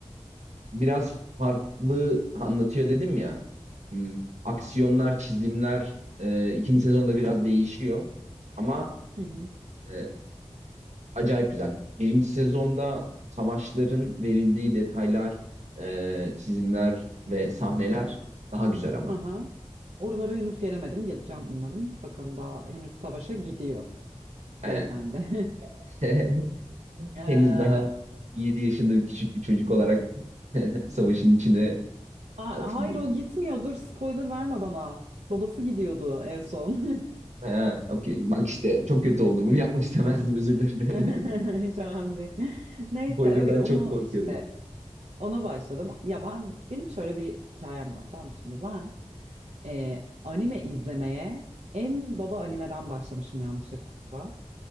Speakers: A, on the right; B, on the right.
A: biraz farklı anlatıyor dedim ya. Hmm, Aksiyonlar, çizimler e, ikinci sezonda biraz değişiyor. Ama
B: Hı hı.
A: e, Acayip güzel. Birinci sezonda savaşların verildiği detaylar, e, çizimler ve sahneler daha güzel ama.
B: Aha. Oralara henüz gelemedim. Geleceğim umarım. Bakalım daha henüz savaşa gidiyor
A: Aynen.
B: beyefendi. <laughs>
A: <laughs>
B: Ee, a-
A: Henüz daha yedi yaşında bir küçük bir çocuk olarak <laughs> savaşın içine
B: hayır
A: atılıyor.
B: o gitmiyor. Dur spoiler verme bana. Babası gidiyordu en son. <laughs>
A: Ha, okey. Bak işte çok kötü oldu. Bunu yapmak istemezdim özür dilerim.
B: <laughs>
A: <laughs>
B: Hiç önemli değil. Neyse
A: Spoiler'dan
B: öyle onu
A: çok korkuyorum.
B: işte Ona başladım. Ya ben benim şöyle bir hikayem var tamam mı şimdi ben e, anime izlemeye en baba animeden başlamışım yanlışlıkla.